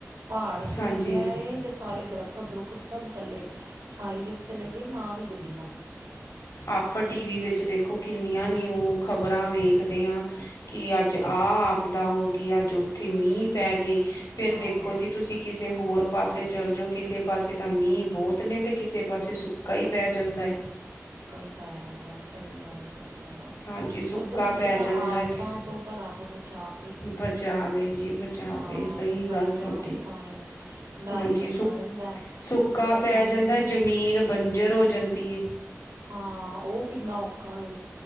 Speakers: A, on the right (about 80°); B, on the left (about 70°).
A: ਪਹਾੜ ਖਿਸਕਿਆ
B: ਹਾਂਜੀ
A: ਤੇ ਸਾਰੇ ਦਰਖਤ ਦੁੱਖ ਦ ਦੁੱਖਦ ਸਭ ਥੱਲੇ ਖਾਈ ਵਿੱਚ ਚਲੇ ਗਏ। ਨਾਲ ਹੀ ਗੱਡੀਆਂ
B: ਆਪਾਂ ਟੀ ਵੀ ਵਿੱਚ ਦੇਖੋ ਕਿੰਨੀਆਂ ਨਿਊ ਖ਼ਬਰਾਂ ਵੇਖਦੇ ਹਾਂ। ਕਿ ਅੱਜ ਆ ਆਪਦਾ ਹੋ ਗਈ। ਅੱਜ ਉੱਥੇ ਮੀਂਹ ਪੈ ਗਏ। ਫੇਰ
A: ਹਾਂ
B: ਦੇਖੋ ਜੀ, ਤੁਸੀਂ ਕਿਸ ਕਿਸੇ ਹੋਰ ਪਾਸੇ ਚੱਲ ਜਾਓ। ਕਿਸੇ ਪਾਸੇ ਤਾਂ ਮੀਂਹ ਬਹੁਤ ਨੇ ਤੇ ਕਿਸੇ ਪਾਸੇ ਸੁੱਕਾ ਹੀ ਪੈ ਜਾਂਦਾ ਹੈ।
A: ਕੋਈ ਪਾਏ ਹੁੰਦਾ। ਸਹੀ ਗੱਲ ਸਹੀ
B: ਹਾਂਜੀ ਸੁੱਕਾ
A: ਕੁਦਰਤ
B: ਪੈ
A: ਦੀਆਂ
B: ਜਾਂਦਾ
A: ਆਫ਼ਤਾਂ ਤੋਂ ਤਾਂ ਰੱਬ ਬੱਚਾ
B: ਬਚਾਵੇ ਜੀ ਬਚਾਵੇ
A: ਹਾਂ
B: ਸਹੀ
A: ਬੜੀਆਂ
B: ਗੱਲ ਤੁਹਾਡੀ,
A: ਆਫਤਾਂ ਨੇ ਡਰ
B: ਹਾਂਜੀ।
A: ਹੀ ਲੱਗਾ
B: ਸੁ-
A: ਰਹਿੰਦਾ
B: ਸੁੱਕਾ
A: ਵੀ ਪਤਾ
B: ਪੈ
A: ਨਹੀਂ
B: ਜਾਂਦਾ। ਜਮੀਨ ਬੰਜਰ ਹੋ ਜਾਂਦੀ।
A: ਹਾਂ, ਉਹ ਕਿੰਨਾ ਪਕਾਈ